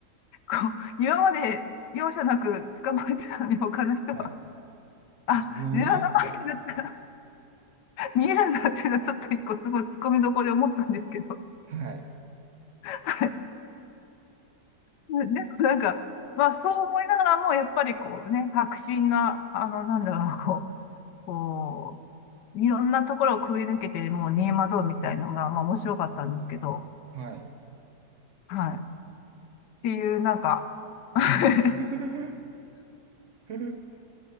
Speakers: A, on the left; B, on the right.
A: こう、今まで容赦なく捕まえてたのに他の人は、
B: はい。
A: あ、
B: 自分は、
A: 自分の番だったら逃げるんだっていうのはちょっと一個すごい突っ込みどころで思ったんですけど、
B: はい。
A: <laughs> ででもなんか、まあそう思いながらも、やっぱりこうね、迫真な、あの、なんだろう、<laughs> こう、こう、いろんなところをくぐり抜けて、もうネイマドーみたいのが、まあ面白かったんですけど、
B: はい。
A: はい。っていう、なんか <laughs>
B: <laughs> <laughs>